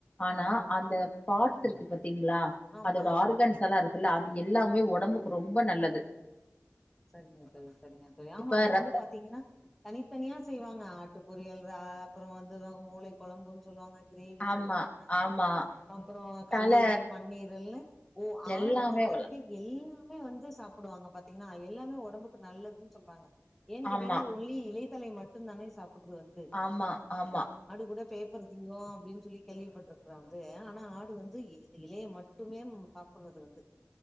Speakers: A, on the left (about 30°); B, in the centre.
A: ஆனா
B: ம்
A: அந்த பார்ட்ஸ் இருக்கு பாத்தீங்களா
B: ஆமா
A: அதுஆர்கன்ஸ்லா இருக்குல்ல அது எல்லாமே ஒடம்புக்கு ரொம்ப நல்லது
B: செரிங்க தோழி செரிங்க தோழி ஆமா
A: இப்ப
B: அது வந்து
A: ரத்த
B: பாத்தீங்கன்னா தனித்தனியா செய்வாங்க ஆட்டு பொரியல் அ அப்புறோ வந்து மூளை கொலம்புன்னு சொல்வாங்க கிரேவி
A: ஆமா
B: சொல்லுவாங்க
A: ஆமா
B: அப்புறோ கல்லீரல்
A: தல
B: மண்ணீரல்னு ஓ
A: எல்லாமே
B: ஆட பொறுத்த
A: வல
B: வரிக்கி எல்லாமே வந்து சாப்டுவாங்க பாத்தீங்கன்னா எல்லாமே ஒடம்புக்கு நல்லதுன்னு சொல்றாங்க ஏ கேட்டீங்னா
A: ஆமா
B: அது ஒன்லி இலைத்தலை மட்டுந் தானே சாப்டுது வந்
A: ஆமா ஆமா
B: ஆடு கூட பேப்பறதீங்கோ அப்டீன்னு சொல்லி கேள்விப்பட்டிருக்குற வந்து ஆனா ஆடு வந்து இலைய மட் மட்டுமே சாப்புடுறது வந்து